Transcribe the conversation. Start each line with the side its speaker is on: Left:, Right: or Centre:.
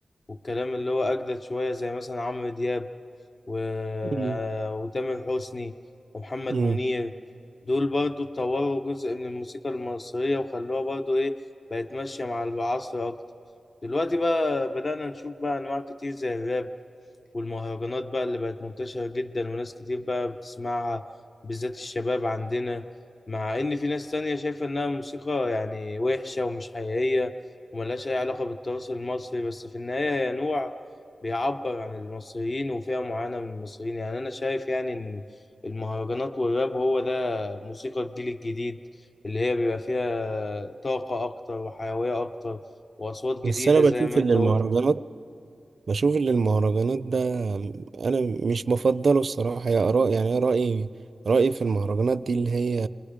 Left: والكلام اللي هو أجدد شوية زي مثلا عمرو دياب و... آه،
Right: مم.
Left: وتامر حسني ومحمد
Right: مم.
Left: منير دول برضو اتطوروا جزء من الموسيقى المصرية وخلوها برضو إيه بقت ماشية مع العصر أكتر دلوقتي بقى بدأنا نشوف بقى أنواع كتير زي الراب والمهرجانات بقى اللي بقت منتشرة جدا وناس كتير بقى بتسمعها بالذات الشباب عندنا مع إن في ناس تانية شايفة إنها موسيقى يعني وحشة ومش حقيقية وملهاش أي علاقة بالتراث المصري بس في النهاية هي نوع بيعبر عن المصريين وفئة معينة من المصريين يعني أنا شايف يعني إن المهرجانات والراب هو ده موسيقى الجيل الجديد اللي هي بيبقى فيها طاقة أكتر وحيوية أكتر وأصوات جديدة
Right: بس انا بشوف
Left: زي ما أنت
Right: ان المهرجانات
Left: قلت.
Right: بشوف ان المهرجانات ده انا مش بفضله الصراحه يا اراء يعني انا رايي رايي في المهرجانات دي اللي هي